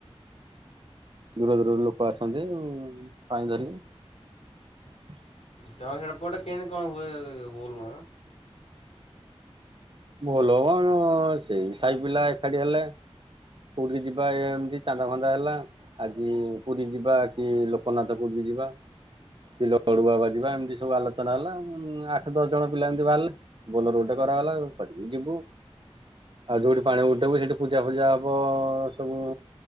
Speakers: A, on the right; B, on the left.
A: ଦୂର ଦୂରରୁ ଲୋକ ଆସନ୍ତି ପାଣି ଧରିିକି।
B: ତମ ସେପଟେ କେନ୍ତି କଣ ହୁଏ ବୋଲବମ୍?
A: ଭଲ କଣ ସେଇ ସାଇ ପିଲା ଏକାଠି ହେଲେ କୋଉଠିକି ଯିବା ଏମତି ଚାନ୍ଦା ଫନ୍ଦା ହେଲା, ଆଜି ପୁରୀ ଯିବା କି ଲୋକନାଥକୁ ଯି ଯିବା କି ଲଡ଼ୁବାବା ଯିବା ଏମତି ସବୁ ଆଲୋଚନା ହେଲା। ଉମ୍ ଆଠ ଦଶ ଜଣ ପିଲା ଏମତି ବାହାରିଲେ ବୋଲର ଗୋଟେ କ କରାଗଲା <unintelligible> ଯିବୁ ଆଉ ଯୋଉଠି ପାଣି ଉଠେଇବୁ ସେଇଠି ପୂଜା ଫୂଜା ହବ ଅ ସବୁ